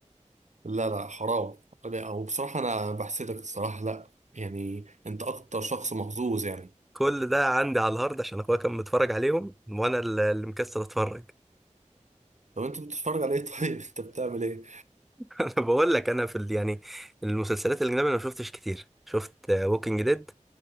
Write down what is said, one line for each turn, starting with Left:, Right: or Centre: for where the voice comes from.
Right: لا لا حرام لا، هو بصراحة أنا بحسدك الصراحة لا يعني أنت أكتر شخص محظوظ يعني
Centre: كل ده عندي على الهارد عشان اخويا كان متفرج عليهم وانا اللي اللي مكسل اتفرج
Right: طب أنت بتتفرج على إيه طيب <laughs> أنت بتعمل إيه
Centre: <laughs> انا بقول لك انا في ال... يعني المسلسلات الاجنبيه انا ما شفتش كتير شفت ووكينج ديد